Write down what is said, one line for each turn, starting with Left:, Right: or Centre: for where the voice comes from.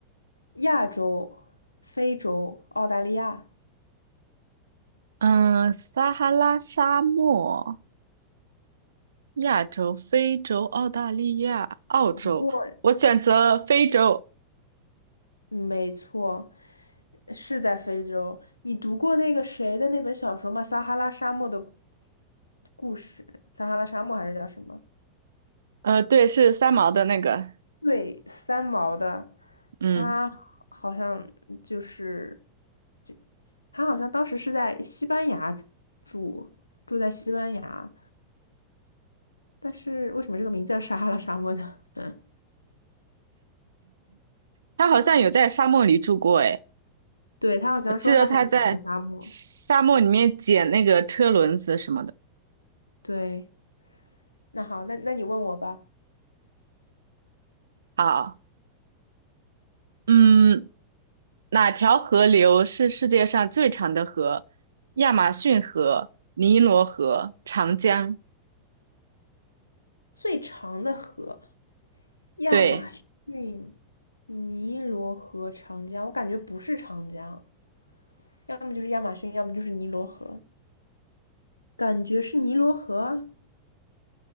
Left: 亚洲、非洲、澳大利亚。
Right: 嗯，撒哈拉沙漠。亚洲、非洲、澳大利亚、澳洲，
Left: 不过，
Right: 我选择非洲。
Left: 嗯没错，是在非洲。你读过那个谁的那本小说吗？《撒哈拉沙漠的故故事》，撒哈拉沙漠还是叫什么？
Right: 呃，对，是三毛的那个，
Left: 对，三毛的，
Right: 嗯，
Left: 他好像就是，这他好像当时是在西班牙住，住在西班牙，但是为什么这个名字叫撒哈拉沙漠呢？<laughs> 嗯，
Right: 他好像有在沙漠里住过，诶，
Left: 对，他好像说他很喜欢沙漠，
Right: 我记得他在沙漠里面捡那个车轮子什么的。
Left: 对。那好，那那你问我吧。
Right: 好，嗯，哪条河流是世界上最长的河？亚马逊河、尼罗河、长江。
Left: 最长的河，亚马逊、
Right: 对，
Left: 尼罗河、长江，我感觉不是长江，要么就是亚马逊，要么就是尼罗河，感觉是尼罗河啊